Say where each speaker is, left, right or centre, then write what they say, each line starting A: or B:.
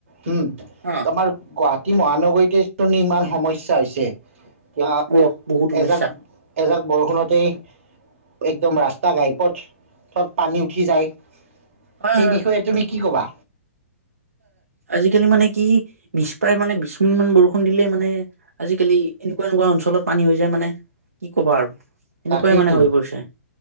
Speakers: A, on the right (about 60°); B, on the right (about 85°).
A: হম
B: হা
A: তোমাৰ গুৱাহাটী মহানগৰীত ইমান সমস্যা হৈছে এতিয়া
B: অ' বহুত সমস্যা
A: এজাক এজাক বৰষুণতেই একদম ৰাস্তা ঘাইপথত পানী উঠি যায়
B: হয়
A: সেই
B: হয়।
A: বিষয়ে তুমি কি ক'বা?
B: আজিকালি মানে কি বিশ প্ৰায় মানে বিশ মিনিট মান বৰষুণ দিলে মানে আজিকালি এনেকুৱা এনেকুৱা অঞ্চলত পানী হৈ যায় মানে কি কবা আৰু এনেকুৱাই
A: বাকীতো
B: মানে হৈ পৰিছে